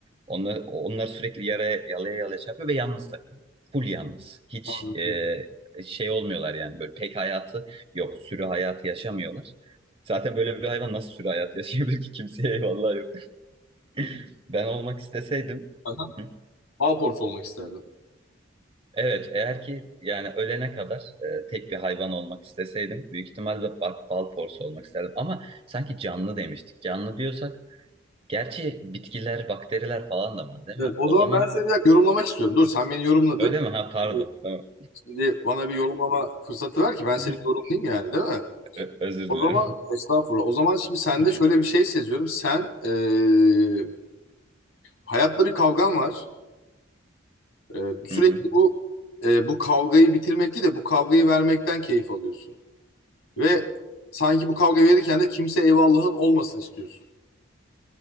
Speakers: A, on the right; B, on the left.
A: Onlar, onlar sürekli yara, yalaya yalaya şey yapıyor ve yalnız takılıyor. Full yalnız. Hiç
B: Anladım.
A: e, şey olmuyorlar yani böyle pek hayatı yok. Sürü hayatı yaşamıyorlar. Zaten böyle bir hayvan nasıl sürü hayatı yaşayabilir ki kimseye eyvallah yok. <laughs> Ben olmak isteseydim.
B: Aha.
A: Hı?
B: Balporsu olmak isterdim.
A: Evet, eğer ki yani ölene kadar e, tek bir hayvan olmak isteseydim büyük ihtimalle bak bal porsu olmak isterdim. Ama sanki canlı demiştik. Canlı diyorsak gerçi bitkiler, bakteriler falan da var değil
B: Evet,
A: mi?
B: o
A: O
B: zaman
A: zaman
B: ben seni bir dakika yorumlamak istiyorum. Dur sen beni yorumladın.
A: öyle mi? Ha pardon.
B: Şimdi,
A: Tamam.
B: şimdi bana bir yorumlama fırsatı ver ki ben
A: <laughs>
B: seni yorumlayayım yani değil mi?
A: Ö- Özür
B: O
A: dilerim.
B: zaman estağfurullah. O zaman şimdi sende
A: <laughs>
B: şöyle bir şey seziyorum. Sen eee hayatla bir kavgan var. Eee, sürekli
A: Hı hı.
B: bu eee, bu kavgayı bitirmek değil de bu kavgayı vermekten keyif alıyorsun. Ve sanki bu kavga verirken de kimse eyvallahın olmasın istiyorsun.